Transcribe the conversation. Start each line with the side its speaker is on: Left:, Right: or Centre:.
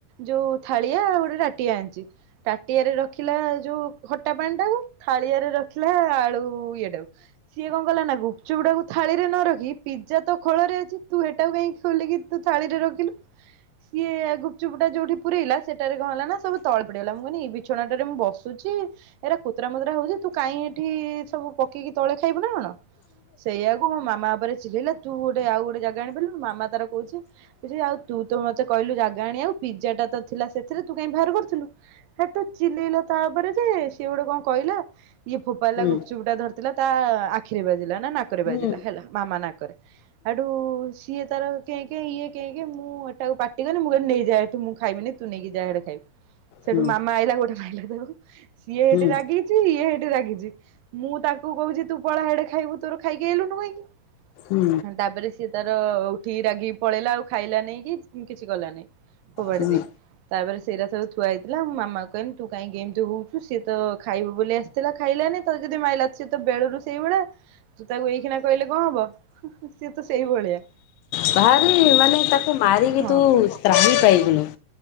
Right: ଯୋଉ ଥାଳିଆ ଗୋଟେ ତା ଟିଆ ଆଣିଚି। ତାଟିଆରେ ରଖିଲା ଯୋଉ ଖଟା ପାଣି ଟାକୁ, ଥାାଳିଆରେ ରଖିଲା ଆଳୁ ଇଏ ଟାକୁ ସିଏ କଣ କଲା ନା ଗୁ ଚୁଡ଼ାକୁ ଥାଳିରେ ନ ରଖି, ପିଜା ତ ଖୋଳରେ ଅଛି ତୁ ହେଟାକୁ କାଇଁ ଖୋଲିକି ତୁ ଥାଳିରେ ରଖିଲୁ। ସିଏ ଏ ଗୁପଚୁପଟା ଯୋଉଠି ପୁରେଇଲା ସେଟାରେ କଣ ହେଲା ନା ସବୁ ତଳେ ପଡିଗଲା, ମୁଁ କହିନି ଏ ବିଛଣାଟାରେ ମୁଁ ବସୁଛି ଏଇରା କୁତୁରା ମୂତୁରା ହଉଚି ତୁ କାଇଁ ଏଠି ସବୁ ପକେଇକି ତଳେ ଖାଇବୁ ନା କଣ? ସେଇଆକୁ ମୋ ମାମା ଉପରେ ଚିଲେଇଲା ତୁ ଗୋଟେ ଆଉ ଗୋଟେ ଜାଗା ଆଣିପାରିଲୁନୁ, ମାମା ତାର କହୁଛି କହୁଚି ଆଉ ତୁ ତ ମୋତେ କହିଲୁ ଜାଗା ଆଣିଆକୁ ପିଜ୍ଜା ଟା ତ ଥିଲା ସେଥିରେ ତୁ କାଇଁ ବାହାର କରୁ ଥିଲୁ, ହେଠୁ ଚିଲେଇଲା ତାପରେ ଯେ ସିଏ ଗୋଟେ କଣ କଇଲା ଇଏ ଫୋଫାଡିଲା
Left: ହୁଁ
Right: ଗୁପଚୁପ ଟା ଧରିଥିଲା ତା ଆଖିରେ ବାଜିଲା ନା ନାକରେ
Left: ହୁଁ
Right: ବାଜିଲା
Left: ହୁଁ
Right: ହେଲା, ମାମା ନାକରେ ହେଠୁ ସିଏ ତାର କେଁ କେଁ ଇଏ କେଁ କେଁ ମୁଁ ଏଟାକୁ ପାଟିକଲି ମୁଁ କହିଲି ନେଇଯା, ଏଠୁ ମୁଁ ଖାଇମିନି ତୁ ନେଇକି ଯା ଏଠୁ ଖାଇବୁ, ସେଠୁ
Left: ହୁଁ
Right: ମାମା ଆଇଲା ଗୋଟେ ମାଇଲା ତାକୁ, ସିଏ ହେଟି
Left: ହୁଁ
Right: ରାଗି ଚି ଇଏ ହେଠି ରାଗିଚି, ମୁଁ ତାକୁ କହୁଚି ତୁ ପଳା ହେଡେ ଖାଇବୁ ତୋର ଖାଇକି ଆଇଲୁନୁ କାହିଁକି?
Left: ହୁଁ
Right: ହଁ ତାପରେ ସିଏ ତାର ଉଠିକି ରାଗିକି ପଳେଇଲା ଆଉ ଖାଇଲା ନାହିଁ କି ଉଁ, କିଛି କଲା ନାହିଁ। ଫୋଫାଡି
Left: ହଁ
Right: ଦେଇ ତା ପରେ ସେରା ସବୁ ଥୁଆ ହେଇଥିଲା, ମୁଁ ମାମା କୁ କହିନି ତୁ କାଇଁକି ଏମିତି ହଉଛୁ, ସିଏ ତ ଖାଇବ ବୋଲି ଆସିଥିଲା ଖାଇଲାନି ତ ଯଦି ମାଇଲା ସେ ତ ବେଳୁରୁ ସେଇ ଭଳିଆ ତୁ ତାକୁ ଏଇକ୍ଷୀଣା କହିଲେ କଣ ହବ। ସିଏ ତ ସେଇ ଭଳିଆ।
Left: ଭାରି ମାନେ ତାକୁ ମାରିକି
Right: ହଁ।
Left: ତୁ ତ୍ରାହି ପାଇବୁନୁ।